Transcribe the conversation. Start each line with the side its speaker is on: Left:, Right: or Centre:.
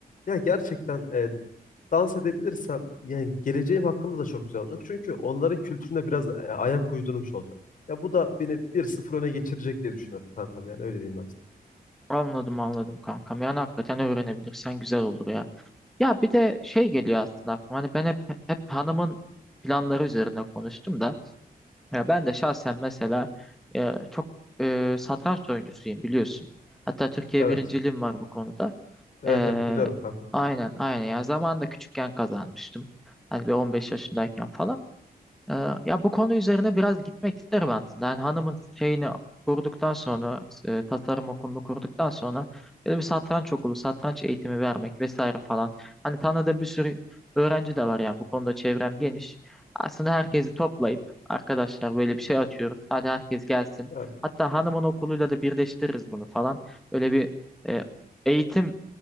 Left: ya gerçekten e, dans edebilirsem yani geleceğim hakkında da çok güzel olacak. Çünkü onların kültürüne biraz e, ayak uydurmuş olacak. Ya bu da beni bir sıfır öne geçirecek diye düşünüyorum kankam yani öyle diyeyim ben sana.
Centre: Anladım, anladım kankam. Yani hakikaten öğrenebilirsen güzel olur ya. Ya bir de şey geliyor aslında aklıma. Hani ben hep hep hanımın planları üzerine konuştum da. Ya ben de şahsen mesela e, çok e, satranç oyuncusuyum biliyorsun. Hatta Türkiye
Left: Evet.
Centre: birinciliğim var bu konuda.
Left: Evet
Centre: E,
Left: evet biliyorum kankam.
Centre: aynen aynen. Yani zamanında küçükken kazanmıştım. Hani bir 15 yaşındayken falan. Ee, Ya bu konu üzerine biraz gitmek isterim aslında. Yani hanımın şeyini kurduktan sonra, e, tasarım okulunu kurduktan sonra böyle bir satranç okulu, satranç eğitimi vermek vesaire falan. Hani tanıdığım bir sürü öğrenci de var yani bu konuda çevrem geniş. Aslında herkesi toplayıp arkadaşlar böyle bir şey açıyoruz. Hadi herkes gelsin.
Left: Evet.
Centre: Hatta hanımın okuluyla da birleştiririz bunu falan. Böyle bir e, eğitim